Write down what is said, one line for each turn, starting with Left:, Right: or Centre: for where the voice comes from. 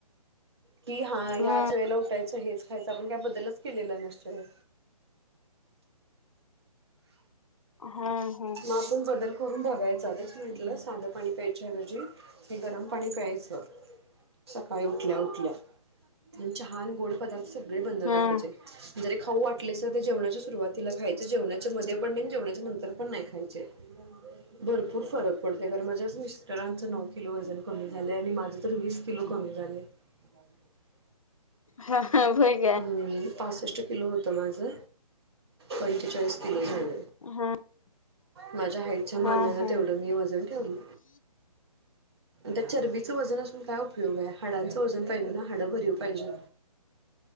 Right: कि हा ह्याच
Left: हम्म
Right: वेळेला उठायचं हेच खायचं आपण काय बद्दलच केलेलं नसतय.
Left: हा हा
Right: मग आपण बदल करून बघायचा तेच म्हंटलं साधं पाणी प्यायच्याऐवजी हे गरम पाणी प्यायचं. सकाळी उठल्या उठल्या आणि चहा गोड पदार्थ सगळे बंद करायचे
Left: हां
Right: जरी खाऊ वाटले सर ते जेवणाच्या सुरुवातीला खायचं जेवणाच्या मधे पण नाही जेवणाच्या नंतर पण नाही खायचे भरपूर फरक पडतय कारण माझ्याच मिस्टरांचं नव किलो वजन कमी झालय आणि माझं तर वीस किलो कमी झालय. <unintelligible>
Left: हा हा व्हय.
Right: हम्म पासष्ट किलो होतं माझं पंचेचाळीस किलो झालय.
Left: हा
Right: माझ्या हाईटच्या मानान
Left: हा हा
Right: तेवढं मी वजन ठेवलं. त्या चरबीचं वजन असून काय उपयोग हाय हाडांचं वजन पाहिजे ना हाडं भरीव पाहिजे.